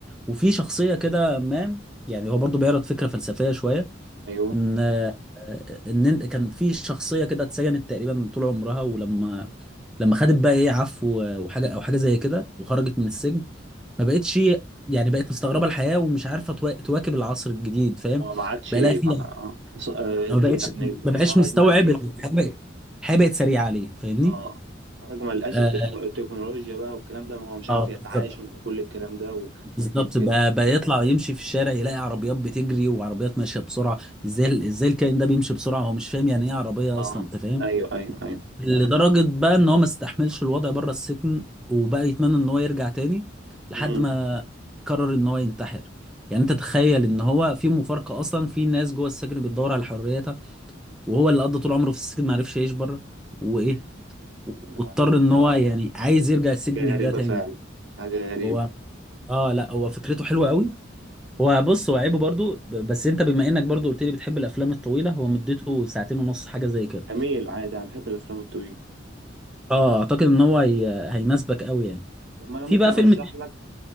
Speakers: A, in the centre; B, on the right.
A: وفي شخصيه كده ما يعني هو برضو بيعرض فكره فلسفيه شويه
B: ايوه
A: ان آه، ان إنت- كان في شخصيه كده اتسجنت تقريبا طول عمرها ولما لما خدت بقى ايه عفو وحاجه او حاجه زي كده وخرجت من السجن ما بقتش يعني بقت مستغربه الحياه ومش عارفه توا- تواكب العصر الجديد فاهم
B: اه ما عادش
A: بقى لها فيها
B: مع- آه. ص- آه،
A: ما
B: ت-
A: بقتش
B: يعني
A: ما بقاش
B: خرج
A: مستوعب
B: ما لقيش
A: الحياه بقت الحياه بقت سريعه عليه فاهمني
B: اه خرج ما لقاش
A: اه
B: التكنو- التكنولوجيا بقى والكلام ده ما هو مش عارف
A: آه، بالظبط
B: يتعايش مع كل الكلام ده و-
A: بالظبط
B: وكده
A: بقى بقى يطلع يمشي في الشارع يلاقي عربيات بتجري وعربيات ماشيه بسرعه ازاي ازاي الكائن ده بيمشي بسرعه هو مش فاهم يعني ايه عربيه
B: اه
A: اصلا انت فاهم
B: ايوه ايوه ايوه
A: لدرجة بقى ان هو ما استحملش الوضع بره السجن وبقى يتمنى ان هو يرجع تاني لحد
B: مم.
A: ما قرر ان هو ينتحر يعني انت تخيل ان هو في مفارقة اصلا في ناس جوه السجن بتدور على حريتها وهو اللي قضى طول عمره في السجن ما عرفش يعيش بره وايه
B: مم. ده
A: واضطر ان هو يعني عايز يرجع السجن
B: حاجة غريبة
A: ده تاني
B: فعلا حاجة غريبة
A: هو اه لا هو فكرته حلوة قوي هو بص هو عيبه برضو ب- بس انت بما انك برضو قلت لي بتحب الافلام الطويلة هو مدته ساعتين ونص حاجة زي كده
B: جميل عادي أنا بحب الأفلام الطويلة
A: اه اعتقد ان هو هي... هيناسبك قوي يعني
B: طب ما أنا
A: في
B: ممكن
A: بقى
B: أرشح
A: فيلم
B: لك